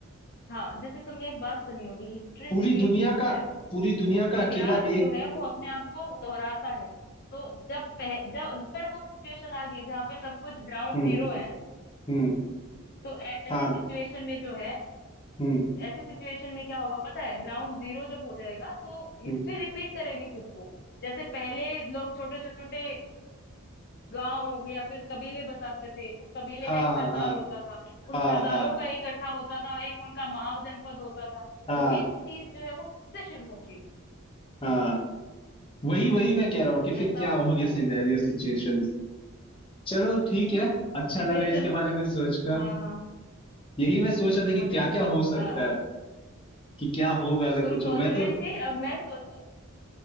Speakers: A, on the left; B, on the left.
A: हाँ जैसे तुमने एक बात सुनी होगी हिस्ट्री
B: पूरी
A: रिपीट्स
B: दुनिया
A: इटसेल्फ
B: का पूरी दुनिया का
A: इतिहास
B: अकेला एक
A: जो है वो अपने आप को दोहराता है तो जब पह, जब अगर वो सिचुएशन आ गई जहाँ पे सब कुछ ग्राउंड
B: हम्म
A: जीरो है
B: हम्म
A: तो ऐसी
B: हाँ
A: सिचुएशन में जो है
B: हम्म
A: ऐसी सिचुएशन में क्या होगा पता है ग्राउंड जीरो जब हो जाएगा तो हिस्ट्री
B: हम्म
A: रिपीट करेगी खुद को जैसे पहले लोग छोटे छोटे गांव या फिर कबीले बसाते थे उस कबीले
B: हाँ
A: का एक सरदार
B: हाँ
A: होता था उन
B: हाँ
A: सरदारों
B: हाँ
A: का एक इकट्ठा होता था एक उनका महाजनपद होता था
B: हाँ
A: वही चीज जो है वो फिर से शुरू होगी
B: हाँ वही वही मैं कह रहा हूँ कि
A: ऐसा
B: फिर क्या
A: हो
B: होगी
A: सकता
B: सिनेरियो
A: है
B: सिचुएशन चलो ठीक है अच्छा
A: सिचुएशन
B: लगा इसके बारे में सोच कर
A: हाँ हाँ
B: यही मैं सोच रहा था
A: मुझे
B: कि क्या
A: भी बहुत
B: क्या हो सकता
A: अ,
B: है कि क्या होगा अगर
A: तुम
B: कुछ
A: सोच
B: हो मैं
A: रहे
B: तो
A: थे अब मैं सोच